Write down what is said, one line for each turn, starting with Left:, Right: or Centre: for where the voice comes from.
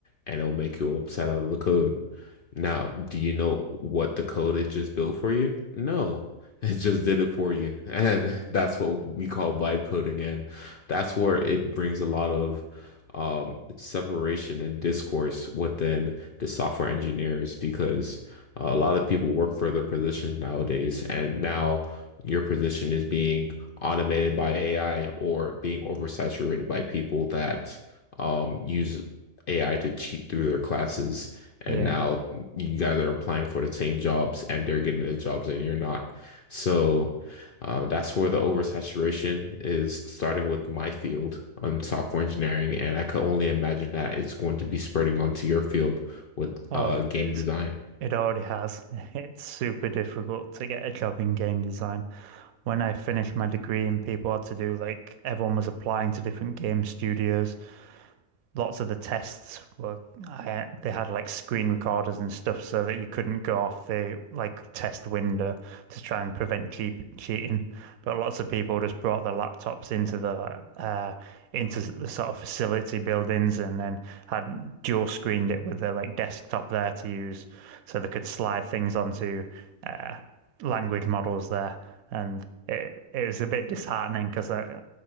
Left: and it'll make you a website out of the code. Now, do you know what the code it just built for you? No, <laughs> it just did it for you. And that's what we call vibe coding. And that's where it brings a lot of um, separation and discourse within the software engineers because uh, a lot of people work for their positions nowadays. And now your position is being automated by AI or being oversaturated by people that um, use AI to cheat through their classes. And
Right: yeah.
Left: now you guys are applying for the same jobs and they're getting the jobs and you're not. So uh, that's where the oversaturation is starting with my field on software engineering. And I could only imagine that it's going to be spreading onto your field with
Right: Oh,
Left: uh, game
Right: it's
Left: design.
Right: it already has. <laughs> It's super difficult to get a job in game design. When I finished my degree and people had to do like everyone was applying to different game studios lots of the tests were I, they had like screen recorders and stuff so that you couldn't go off the like test window to try and prevent cheating. But lots of people just brought their laptops into the uh, into the sort of facility buildings and then had dual screened it with their like desktop there to use, so they could slide things onto uh, language models there. And it it was a bit disheartening because I